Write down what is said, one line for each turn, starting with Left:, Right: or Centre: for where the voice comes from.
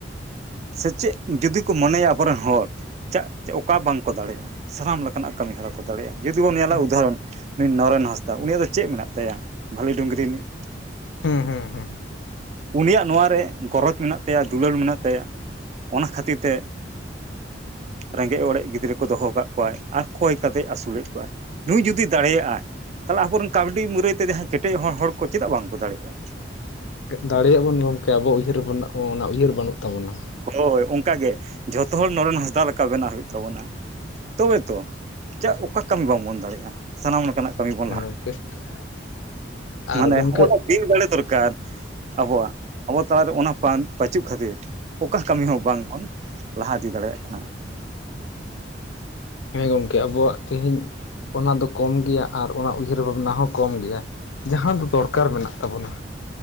Right: ᱥᱮᱪᱮᱫ ᱡᱩᱫᱤ ᱠᱚ ᱢᱚᱱᱮᱭᱟ ᱟᱵᱚ ᱨᱮᱱ ᱦᱚᱲ ᱪᱟᱜ ᱚᱠᱟ ᱵᱟᱝ ᱠᱚ ᱫᱟᱲᱮ ᱟ ᱥᱟᱱᱟᱢ ᱞᱮᱠᱟᱱᱟᱜ ᱠᱟᱹᱢᱤ ᱦᱚᱨᱟ ᱠᱚ ᱫᱟᱲᱮᱭᱟᱜᱼᱟ ᱡᱩᱫᱤ ᱵᱚᱱ ᱧᱮᱞᱟ
Left: ᱦᱩᱸ
Right: ᱩᱫᱟ ᱦᱚᱨᱚᱱ ᱱᱩᱭ ᱱᱚᱨᱮᱱ ᱦᱟᱸᱥᱫᱟ ᱩᱱᱤᱭᱟᱜ ᱫᱚ ᱪᱮᱫ ᱢᱮᱱᱟᱜ ᱛᱟᱭᱟ ᱵᱷᱟᱞᱤ ᱰᱩᱝᱨᱤ ᱨᱤᱱᱤᱡ
Left: ᱦᱩᱸ ᱦᱩᱸ ᱦᱩᱸ
Right: ᱩᱱᱤᱭᱟᱜ ᱱᱚᱣᱟ ᱨᱮ ᱜᱚᱨᱚᱡᱽ ᱢᱮᱱᱟᱜ ᱛᱟᱭᱟ ᱫᱩᱞᱟᱹᱲ ᱢᱮᱱᱟᱜ ᱛᱟᱭᱟ ᱚᱱᱟ ᱠᱷᱟᱹᱛᱤᱨ ᱛᱮ ᱨᱮᱸᱜᱮᱡ ᱚᱨᱮᱡ ᱜᱤᱫᱽᱨᱟᱹ ᱠᱚ ᱫᱚᱦᱚ ᱠᱟᱫ ᱠᱚᱣᱟᱭ ᱟᱨ ᱠᱚᱭ ᱠᱟᱛᱮᱜ ᱟᱹᱥᱩᱞᱮᱫ ᱠᱚᱣᱟᱭ ᱱᱩᱭ ᱡᱩᱫᱤ ᱫᱟᱲᱮᱭᱟᱜᱼᱟᱭ ᱛᱟᱦᱚᱞᱮ ᱟᱵᱚᱨᱮᱱ ᱠᱟᱹᱣᱰᱤ ᱢᱩᱨᱟᱹᱭ ᱛᱮ ᱡᱟᱦᱟᱸᱭ ᱠᱮᱴᱮᱡ ᱦᱚᱲ ᱦᱚᱲ ᱠᱚ ᱪᱮᱫᱟᱜ ᱵᱟᱝ ᱠᱚ ᱫᱟᱲᱮᱭᱟᱜᱼᱟ
Left: ᱫᱟᱲᱮᱭᱟᱜ ᱵᱚᱱ ᱜᱚᱢᱠᱮ ᱟᱵᱚ ᱩᱭᱦᱟᱹᱨ ᱚᱱᱟ ᱩᱭᱦᱟᱹᱨ ᱵᱟᱹᱱᱩᱜ ᱛᱟᱵᱚᱱᱟ
Right: ᱦᱳᱭ ᱚᱱᱠᱟ ᱜᱮ ᱡᱷᱚᱛᱚ ᱦᱚᱲ ᱱᱚᱨᱮᱱ ᱦᱟᱸᱥᱫᱟ ᱞᱮᱠᱟ ᱵᱮᱱᱟᱣ ᱦᱩᱭᱩᱜ ᱛᱟᱵᱚᱱᱟ ᱛᱚᱵᱮ ᱛᱚ ᱪᱮᱫ ᱚᱠᱟ ᱠᱟᱹᱢᱤ ᱵᱟᱝ ᱵᱚᱱ ᱫᱟᱲᱮᱭᱟᱜᱼᱟ ᱥᱟᱱᱟᱢ ᱞᱮᱠᱟᱱᱟᱜ ᱠᱟᱹᱢᱤ ᱵᱚᱱ ᱞᱟᱦᱟᱼᱟ
Left: <inaudible> ᱟᱨ
Right: ᱢᱟᱱᱮ
Left: ᱜᱚᱢᱠᱮ
Right: ᱦᱚᱸᱜᱼᱱᱟ ᱵᱤᱱ ᱵᱟᱲᱮ ᱫᱚᱨᱠᱟᱨ ᱟᱵᱚᱣᱟᱜ ᱟᱵᱚ ᱛᱟᱞᱟᱨᱮ ᱚᱱᱟ ᱯᱨᱟᱱ ᱯᱟᱪᱩᱜ ᱠᱷᱟᱹᱛᱤᱨ ᱚᱠᱟ ᱠᱟᱹᱢᱤ ᱦᱚᱸ ᱵᱟᱝ ᱵᱚᱱ ᱞᱟᱦᱟ ᱤᱫᱤ ᱫᱟᱲᱮᱭᱟᱜ ᱠᱟᱱᱟ
Left: ᱦᱮᱸ ᱜᱚᱢᱠᱮ ᱟᱵᱚᱣᱟᱜ ᱛᱮᱦᱤᱧ ᱚᱱᱟ ᱫᱚ ᱠᱚᱢ ᱜᱮᱭᱟ ᱟᱨ ᱚᱱᱟ ᱩᱭᱦᱟᱹᱨ ᱵᱷᱟᱵᱽᱱᱟ ᱦᱚᱸ ᱠᱚᱢ ᱜᱮᱭᱟ ᱡᱟᱦᱟᱸ ᱫᱚ ᱫᱚᱨᱠᱟᱨ ᱢᱮᱱᱟᱜ ᱛᱟᱵᱚᱱᱟ